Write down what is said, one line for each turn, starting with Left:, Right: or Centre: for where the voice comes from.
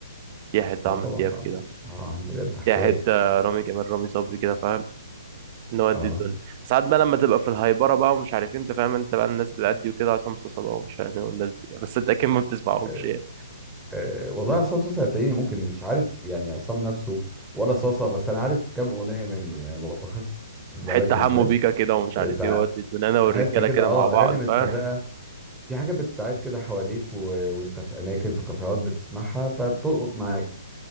Right: يا حته
Centre: اه
Right: عمرو
Centre: طبعا
Right: دياب
Centre: بعمل
Right: كده
Centre: اه عم ده حكايه
Right: يا حته رامي جمال رامي صبري كده فاهم نودي
Centre: اه
Right: الدنيا ساعات بقى لما تبقى في الهايبره بقى ومش عارف إيه، انت فاهم انت بقى الناس اللي قدي وكده عصام صاصا بقى ومش عارف ايه والناس دي بس انت اكيد ما بتسمعهمش
Centre: آه،
Right: يعني
Centre: آه، والله عصام صاصا هتلاقيني ممكن مش عارف يعني عصام نفسه ولا صاصا بس انا عارف كام اغنيه منه يعني <laughs> واخد بالك
Right: حته
Centre: ازاي
Right: حمو بيكا كده ومش عارف
Centre: ساعات
Right: ايه ودي الدنيا انا والرجاله
Centre: حته كده
Right: كده
Centre: اه
Right: مع بعض
Centre: اغاني متفرقه
Right: فاهم
Centre: في حاجات بتتعاد كده حواليك و... وانت في اماكن في كافيهات بتسمعها فبتلقط معاك